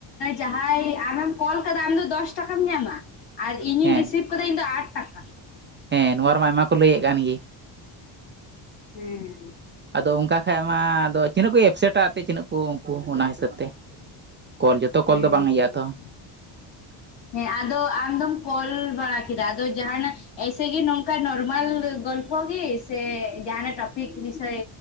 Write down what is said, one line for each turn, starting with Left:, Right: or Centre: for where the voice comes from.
Left: ᱡᱟᱦᱟᱸᱭ ᱟᱢᱮᱢ ᱠᱚᱞ ᱟᱠᱟᱫᱟ ᱟᱢ ᱫᱚ ᱫᱚᱥ ᱴᱟᱠᱟᱢ ᱧᱟᱢᱟ᱾ ᱟᱨ ᱤᱧᱤᱧ
Right: ᱦᱮᱸ
Left: ᱨᱤᱥᱤᱵᱷ ᱟᱠᱟᱫᱟ ᱤᱧ ᱫᱚ ᱟᱴ ᱴᱟᱠᱟ᱾
Right: ᱦᱮᱸ ᱱᱚᱣᱟ ᱨᱮᱢᱟ ᱟᱭᱢᱟ ᱠᱚ ᱞᱟᱹᱭᱮᱫ ᱠᱟᱱ ᱜᱮ᱾
Left: ᱦᱮᱸ
Right: ᱟᱫᱚ ᱚᱱᱠᱟ ᱠᱷᱟᱡ ᱢᱟ ᱟᱫᱚ ᱛᱤᱱᱟᱹᱜ ᱠᱚ ᱮᱯᱥᱮᱴᱟ ᱟᱯᱮ ᱛᱤᱱᱟᱹᱜ ᱠᱚ ᱩᱱᱠᱩ ᱚᱱᱟ ᱦᱤᱥᱟᱹᱵ ᱛᱮ᱾ ᱠᱚᱞ ᱡᱚᱛᱚ
Left: ᱦᱩᱸ
Right: ᱠᱚᱞ ᱫᱚ ᱵᱟᱝ ᱤᱭᱟᱹᱜᱼᱟ <inaudible>
Left: ᱦᱮᱸ ᱟᱫᱚ ᱟᱢᱫᱚᱢ ᱠᱚᱞ ᱵᱟᱲᱟ ᱠᱮᱫᱟ ᱟᱫᱚ ᱡᱟᱦᱟᱱᱟᱜ ᱮᱥᱮ ᱜᱮᱤ ᱱᱚᱝᱠᱟ ᱱᱚᱚᱨᱢᱟᱞ ᱜᱚᱞᱯ ᱜᱮᱤ ᱥᱮ ᱡᱟᱦᱱᱟᱜ ᱴᱚᱯᱤᱠ ᱵᱤᱥᱚᱭ